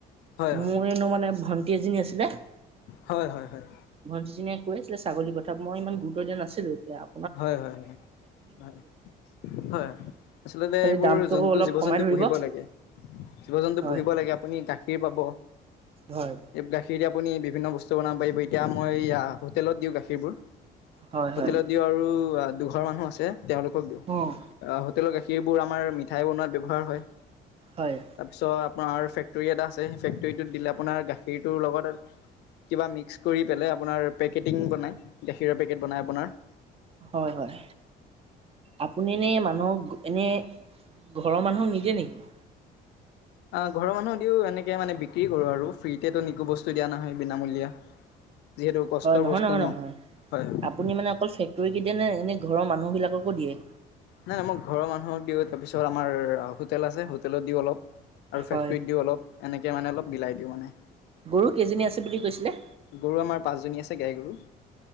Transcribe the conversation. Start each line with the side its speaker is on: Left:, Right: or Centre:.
Left: হয় হয়
Right: মোৰ এনেও মানে ভণ্টি এজনী আছিলে।
Left: হয় হয় হয়।
Right: ভণ্টিজনীয়ে কৈছিলে ছাগলীৰ কথা মই ইমান গুৰুত্ব দিয়া নাছিলো এতিয়াও।
Left: হয় হয়, হয়, হয়। আচলতে
Right: খালি
Left: এইবোৰ
Right: দামটো
Left: জন্তু,
Right: অলপ
Left: জীৱ
Right: কমাই
Left: জন্তু
Right: ধৰিব
Left: পুহিব লাগে। জীৱ জন্তু
Right: হয়
Left: পুহিব লাগে আপুনি গাখীৰ পাব।
Right: হয়
Left: এই গাখীৰ দি আপুনি বিভিন্ন বস্তু বনাব পাৰিব। এতিয়া মই হোটেলত দিওঁ গাখীৰবোৰ।
Right: হয় হয়
Left: হোটেলত দিওঁ আৰু দুঘৰ মানুহ আছে তেওঁলোকক দিওঁ।
Right: অহ।
Left: আ হোটেলৰ গাখীৰবোৰ আমাৰ মিঠাই বনোৱাত ব্যৱহাৰ হয়।
Right: হয়।
Left: তাৰপিছত আপোনাৰ ফেক্টৰী এটা আছে, সেই ফেক্টৰীটোত দিলে আপোনাৰ গাখীৰটোৰ লগত কিবা মিক্স কৰি পেলাই আপোনাৰ পেকেটিং বনায়, গাখীৰৰ পেকেট বনায় আপোনাৰ।
Right: হয় হয় আপুনি এনে মানুহক এনে ঘৰৰ মানুহক নিদিয়ে নেকি?
Left: ঘৰৰ মানুহক দিও। এনেকে মানে বিক্ৰী কৰোঁ আৰু ফ্ৰীতে টো একো বস্তু দিয়া নহয় বিনামূলীয়া। যিহেতু কষ্টৰ
Right: হয় নহয়
Left: বষ্ট
Right: নহয়
Left: ন,
Right: নহয়
Left: হয় হয়।
Right: আপুনি মানে অকল ফেকটৰীত দিয়েনে, এনে ঘৰৰ মানুহ বিলাককো দিয়ে?
Left: নাই নাই মই ঘৰৰ মানুহক দিওঁ তাৰপিছত আমাৰ হোটেল আছে হোটেলত দিওঁ অলপ। আৰু
Right: হয়
Left: ফেক্টৰীত দিওঁ অলপ এনেকৈ মানে অলপ বিলাই দিওঁ মানে।
Right: গৰু কেইজনী আছে বুলি কৈছিলে?
Left: গৰু আমাৰ পাঁচজনী আছে গাই গৰু।